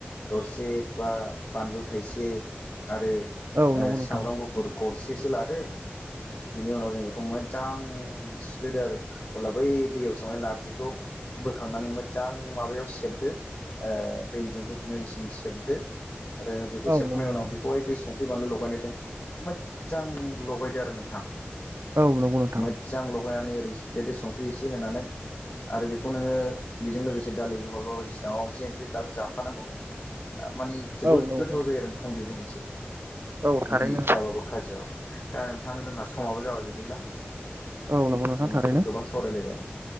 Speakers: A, on the left (about 60°); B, on the right (about 65°).
A: दरसे बा बानलु थाइसे आरो ओ
B: औ नंगौ नोंथां
A: सामब्राम गुफुर गरसेसो लादो बिनि उनाव जों बेखौ मोजां सिफ्लेदो आरो अब्ला बै दैयाव सोमानाय नारजिखौ बोखांनानै मोजां माबायाव सेबदो ओ दैजों होफिनो इसिन सेबदो आरो बेखौ
B: औ
A: सेबखांनायनि
B: नंगौ नोंथां
A: उनाव बेखौहाय बै संख्रि बानलु लगायनायजों मोजां लगायदो आरो नोंथां।
B: औ नंगौ नोंथां
A: मोजां लगायनानै ओरै सिफ्लेदो संख्रि एसे होनानै आरो बेखौ नोङो बेजों लोगोसे दालि जहल बा बायदिसिना माबा मोनसे ओंख्रि जाफानांगौ नोङो। ओ माने जोबोद
B: औ नंगौ
A: गोथाव जायो आरो नोंथां बेबो मोनसे।
B: औ
A: बिदि
B: थारैनो
A: जाबाबो खाजि जाबाबो। दा नोंथां जोंहा समाबो जाबाय गैदिब्ला
B: औ नंगौ नोंथां
A: जों
B: थारैनो
A: जोबोद गोबां सावरायलायबाय